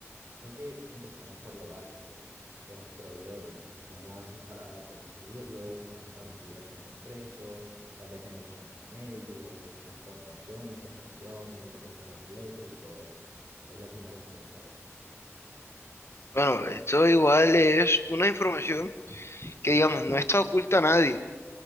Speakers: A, on the right; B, on the left.
A: Creo que empecemos por lo básico, los proveedores. ¿Cómo haces para conseguirlos? ¿Cómo haces para conseguir el mejor precio? Tal vez negociar con ellos, la exportación, la importación, cómo te cuestan los fletes y todo eso. Es lo primero que quiero saber.
B: Bueno, esto igual es una información que digamos, no está oculta a nadie.